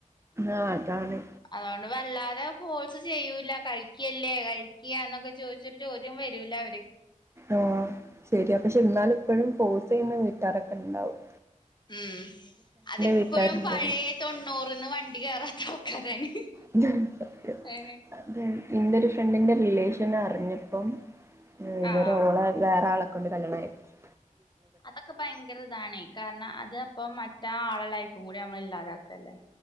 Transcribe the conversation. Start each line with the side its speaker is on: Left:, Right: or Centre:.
Right: ആഹ് അതാണ്
Left: അതുകൊണ്ട് വല്ലാതെ ഫോഴ്സ് ചെയ്യൂലാ കഴിക്കല്ലേ കഴിക്ക്യാന്നൊക്കെ ചോദിച്ച് ഒര് ചോദ്യം വെരൂലാ അവര്
Right: ആഹ് ശരിയാ പക്ഷെ ഇന്നാലും ഇപ്പഴും ഫോഴ്സ് ചെയ്യുന്ന വീട്ടാരൊക്കെ ഇണ്ടാവും
Left: ഉം അതിപ്പഴും
Right: വീട്ടാരുണ്ടായിരുന്നു
Left: പഴയ തൊണ്ണൂറിന്ന് വണ്ടി കേറാത്ത ആൾക്കാരാണ്
Right: അതാണ് സത്യം
Left: ഏ
Right: അത് ഇന്റെ ഒരു ഫ്രണ്ടിന്റെ റിലേഷൻ അറിഞ്ഞപ്പം ഉം ഇവര്
Left: ആഹ്
Right: ഓളെ വേറെ ആളെ കൊണ്ട് കല്യാണം കഴിപ്പിച്ച്
Left: അതൊക്കെ ഭയങ്കര ഇതാണേ കാരണം അത് അപ്പ മറ്റേ ആളെ ലൈഫും കൂടി നമ്മള് ഇല്ലാതാക്കല്ലേ